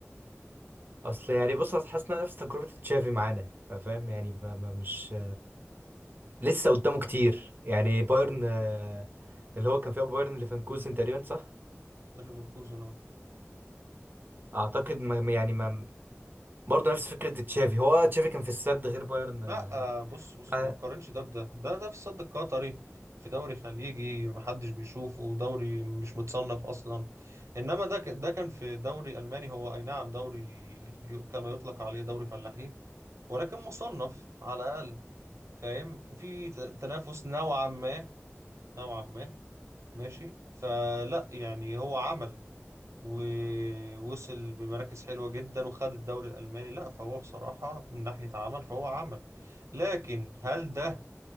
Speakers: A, on the right; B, on the right.
A: اصل يعني بص أصل حاسس انها نفس تجربه تشافي معانا فاهم يعني ما ما مش لسه قدامه كتير يعني بايرن آه، اللي هو كان فيها بايرن ليفركوزن تقريبا صح
B: ده ليفركوزن اهو
A: اعتقد ما ما- يعني ما برضه نفس فكره تشافي هو تشافي كان في السد غير بايرن آه،
B: لا آه، بص بص
A: آه،
B: ما تقارنش ده بده ده ده في السد القطري في دوري خليجي محدش بيشوفه دوري مش متصنف اصلا انما ده ك- ده كان في دوري الماني هو اي نعم دوري يو- كما يطلق عليه دوري فلاحين ولكن مصنف على الاقل فاهم في ت- تنافس نوعا ما نوعا ما ماشي فلا يعني هو عمل ووصل بمراكز حلوة جدا وخد الدوري الألماني لا فهو بصراحة من ناحية عمل فهو عمل لكن هل ده